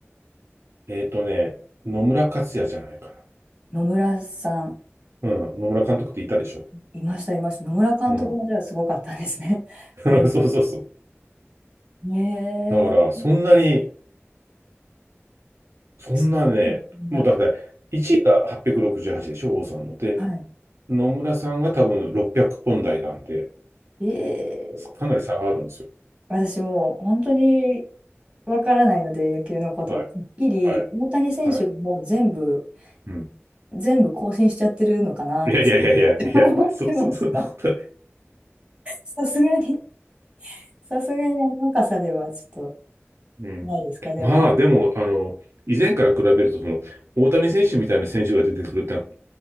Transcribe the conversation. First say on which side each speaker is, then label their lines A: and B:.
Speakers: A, on the right; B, on the right.
A: えっーとね、野村克也じゃないか
B: 野村さん、
A: な。うん。野村監督っていたでしょ。
B: いました、いました。野村監督もじゃあすごかったですね。
A: うん。
B: <laughs>
A: <laughs>
B: プレイ
A: そうそうそう。
B: えー、
A: だから、そんなに、そんなね、
B: そうなんだ。
A: もうだって、1位が868でしょ、王さんの。で、
B: は
A: 野村さんが多分600本台なんで、
B: い。えー、
A: かなり差があるんですよ。
B: 私もう本当にわからないので、野球のこと。
A: はい、
B: てっきり、
A: はい、
B: 大谷選手がもう全部、
A: はい。うん。
B: 全部更新しちゃってるのかなって
A: いやいやいやいや、
B: <laughs>
A: いや、
B: 思ってました。
A: そ、そ、そんなこと
B: <laughs> さすがに、さすがにあの若さではちょっ
A: うん。
B: とないですかね、
A: まあ、
B: まだ。
A: でも、あの、以前から比べると、その、大谷選手みたいな選手が出てくるってのは